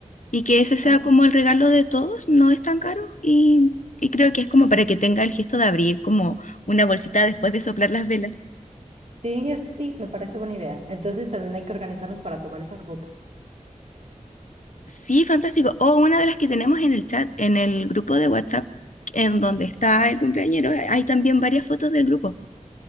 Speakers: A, on the left; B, on the right.
A: Y que ese sea
B: Ah,
A: como el regalo de todos, no es tan caro y, y creo que es como para que tenga el gesto de abrir como una bolsita después de soplar las velas.
B: sí, es- sí, me parece buena idea. Entonces también hay que organizarnos para tomar esa foto.
A: Sí, fantástico. O una de las que tenemos en el chat, en el grupo de WhatsApp, en donde está el cumpleañero, hay también varias fotos del grupo.